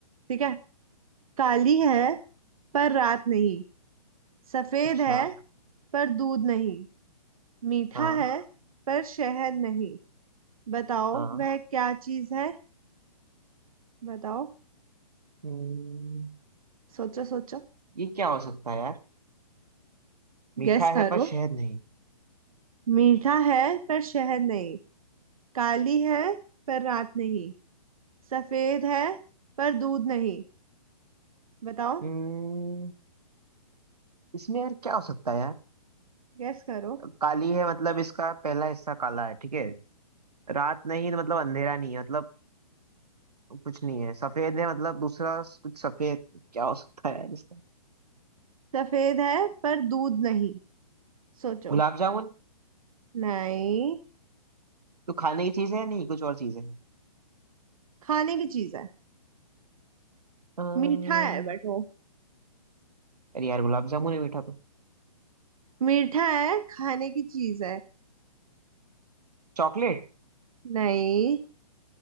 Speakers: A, on the right; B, on the right.
A: ठीक है काली है पर रात नहीं सफेद
B: अच्छा
A: है पर दूध नहीं मीठा
B: हाँ
A: है पर शहद नहीं बताओ
B: हाँ
A: वह क्या चीज है बताओ
B: हम्म,
A: सोचो सोचो
B: ये क्या हो सकता है यार मीठा
A: गेस करो
B: है पर शहद नहीं
A: मीठा है पर शहद नहीं काली है पर रात नहीं सफेद है पर दूध नहीं बताओ
B: हम्म, इसमें यार क्या हो सकता है यार
A: गेस करो
B: काली है मतलब इसका पहला हिस्सा काला है ठीक है रात नहीं तो मतलब अंधेरा नहीं है मतलब कुछ नहीं है सफेद है मतलब दूसरा स- कुछ सफेद क्या हो सकता है यार इसका
A: सफेद है पर दूध नहीं सोचो
B: गुलाब जामुन
A: नहीं
B: तो खाने की चीज है नहीं कुछ और चीज है
A: खाने की चीज है
B: अम्म,
A: मीठा है बट वो
B: अरे यार गुलाब जामुन है मीठा तो
A: मीठा है खाने की चीज है
B: चॉकलेट
A: नहीं